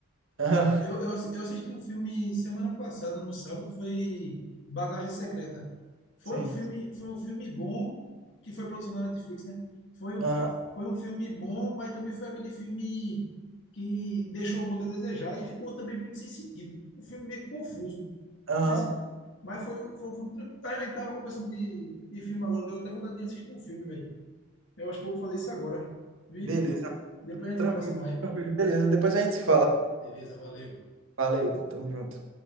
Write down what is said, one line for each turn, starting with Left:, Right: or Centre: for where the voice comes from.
Right: Aham,
Left: Eu, eu, assi- eu assisti um filme semana passada, no sábado, foi Bagagem Secreta. Foi
Right: sim.
Left: um filme, foi um filme bom, que foi produção da Netflix, né? Foi,
Right: Aham,
Left: foi um filme bom, mas também foi aquele filme que deixou muito a desejar e ficou também muito sem sentido. Um filme meio confuso.
Right: aham.
Left: entendeu? Assim, Mas foi, foi um filme. tran- A a gente tava conversando de, de filme agora, deu até vontade de assistir um filme, velho. Eu acho que eu vou fazer isso agora, vi?
Right: Beleza.
Left: Depois a gente
Right: Tranquilo,
Left: conversa mais.
Right: tranquilo. Beleza, depois a gente se fala.
Left: Beleza, valeu.
Right: Valeu, tamo junto.